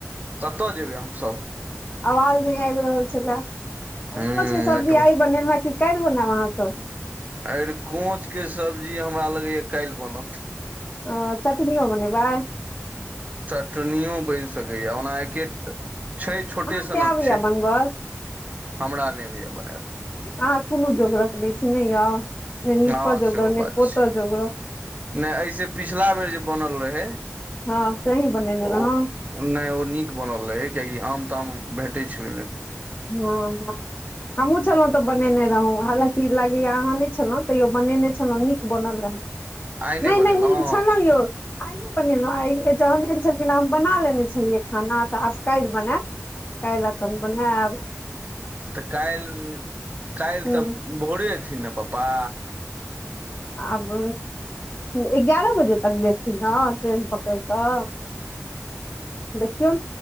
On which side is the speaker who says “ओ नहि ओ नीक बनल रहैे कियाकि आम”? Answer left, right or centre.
Right